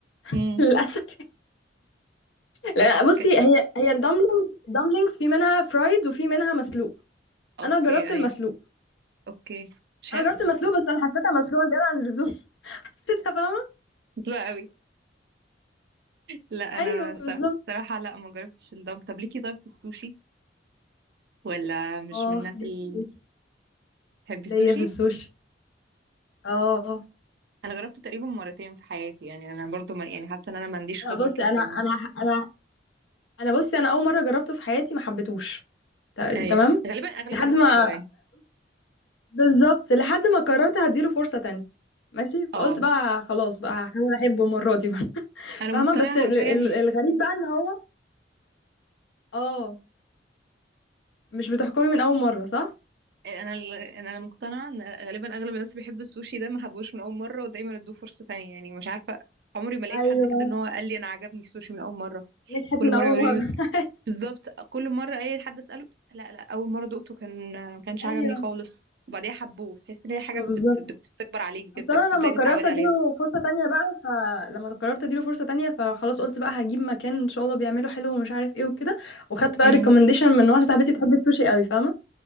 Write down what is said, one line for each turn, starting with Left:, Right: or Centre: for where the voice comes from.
Right: امم
Left: <laughs> للاسف لا بصي
Right: ك...
Left: هي هي الدمبلينج الدمبلينجز في منها فرايد وفي منها مسلوق
Right: اوكي
Left: انا جربت المسلوق
Right: اي اوكي مش حلو
Left: انا جربت المسلوق بس انا حسيتها مسلوقه زياده عن اللزوم <laughs> حسيتها فاهمه
Right: حلو قوي لا انا
Left: ايوه بالظبط
Right: صراحه لا ما جربتش الدم طب ليكي طيب في السوشي ولا مش
Left: اه
Right: من الناس
Left: ليا
Right: اللي
Left: في السوشي
Right: بتحب السوشي
Left: ليا في السوشي اه
Right: انا جربته تقريبا مرتين في حياتي يعني انا برضو ما يعني حاسه ان انا ما عنديش
Left: لا
Right: خبره
Left: بصي
Right: كافيه
Left: انا
Right: انا
Left: انا انا انا بصي انا اول مره جربته في حياتي ما حبيتهوش ت-
Right: ايوه
Left: تمام
Right: غالبا اغلب
Left: لحد
Right: الناس
Left: ما
Right: كده يعني
Left: بالظبط لحد ما قررت هديله فرصة تانية ماشي فقلت
Right: اه
Left: بقى خلاص بقى هحاول احبه المرة دي بقى <laughs>
Right: انا
Left: فاهمة
Right: مقتنعه
Left: بس ال-
Right: حرفيا
Left: ال- الغريب بقى ان هو اه مش بتحكمي من اول مرة صح
Right: انا ال- انا مقتنعه ان غالبا اغلب الناس اللي بيحب السوشي ده ما حبوش من اول مره ودايما ادوه فرصه تانية يعني مش عارفه عمري ما لقيت
Left: ايوه
Right: حد كده ان هو قال لي انا عجبني السوشي من اول مره
Left: نجحت
Right: كل
Left: من
Right: مره
Left: اول
Right: يقولوا
Left: مرة
Right: لي بس بالظبط كل مره اي حد اساله لا لا اول مره دقته كان ما كانش
Left: <laughs>
Right: عجبني
Left: ايوه
Right: خالص وبعديها حبوه تحس ان هي حاجه بت...
Left: بالظبط
Right: بت... بتكبر عليكي كده
Left: اصل
Right: بت-
Left: انا
Right: بتبداي
Left: لما قررت
Right: تتعودي
Left: اديله
Right: عليها
Left: فرصة تانية بقى فلما قررت اديله فرصة تانية فخلاص قلت بقى هجيب مكان ان شاء الله بيعمله حلو ومش عارف ايه وكده وخدت بقى
Right: امم
Left: ريكومنديشن من واحدة صاحبتي بتحب السوشي قوي فاهمة